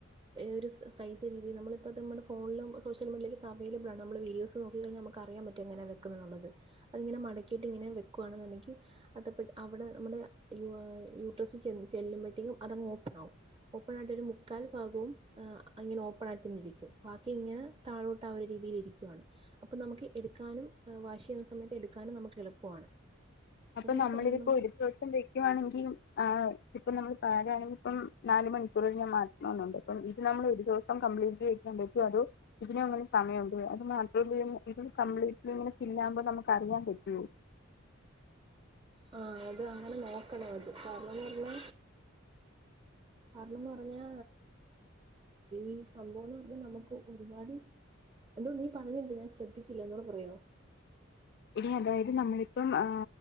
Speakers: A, on the right; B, on the left.
A: ഒരു സൈസ് രീതി നമ്മളിപ്പോ തന്നെ നമ്മുടെ ഫോണിലും സോഷ്യൽ മീഡിയലൊക്കെ അവയ്ലബളാണ് നമ്മള് വീഡിയോസ് നോക്കിഴിഞ്ഞാൽ നമുക്കറിയൻ പറ്റും എങ്ങനെയെ വെക്കന്നന്നുള്ളത് അതിങ്ങനെ മടക്കിയിട്ട് ഇങ്ങനെ വെക്കുആണെന്നുണ്ടെങ്കിൽ അതപോ അവടെ അവടെ യുവ യൂഡ്രസ് ചെന്ന് ചെല്ലുമ്പോഴത്തേക്കും അത്ങ്ങ് ഓപ്പൺ ആകും ഓപ്പണായിട്ട് ഒരു മുക്കാൽ ഭാഗവും അഇങ്ങനെ ഓപ്പണായി തന്നെ ഇരിക്കും ബാക്കി ഇങ്ങനെ താഴോട്ട് ആ ഒരു രീതിൽ ഇരിക്കുവാണ് അപ്പൊ നമുക്ക് എടുക്കാനും വാശി സമയത്ത് എടുക്കാനും നമുക്ക് എളുപ്പമാണ്
B: അപ്പൊ
A: അത്
B: നമ്മളിതിപ്പോ
A: ഈ പറയുന്ന പോലെ
B: ഒരു ദിവസം വെക്കുവാണെങ്കിൽ ആ ഇപ്പം നമ്മൾ പേടാണെങ്കിപ്പം നാല് മണിക്കൂർ കഴിഞ്ഞാൽ മാറ്റണൊന്നുണ്ട് അപ്പം ഇത് നമ്മള് ഒരു ദിവസം കംപ്ലീറ്റ്ലി ക്കോ അതോ ഇതിനും അങ്ങനെ സമയമുണ്ട് ലെ അത് മാത്രോല്ല ഇത് കമ്പ്ലീറ്റ്ലി ഇങ്ങനെ ഫില്ല് ആവുമ്പോ നമുക്ക് അറി ല്ല കറ്റോ <unintelligible>
A: ആ അത് അങ്ങനെ നോക്കണം അത് കാരണംന്ന് പറഞ്ഞാ കാരണംന്ന് പറഞ്ഞാ ഈ സംഭവംന്ന് പറഞാനമുക്ക് ഒരുപാട് എടോ നീ പറഞ്ഞെന്ത് ഞാൻ ശ്രദ്ധിച്ചില്ല ഒന്നുടെ പറയോ
B: എടി അതായത് നമ്മളിപ്പം ആ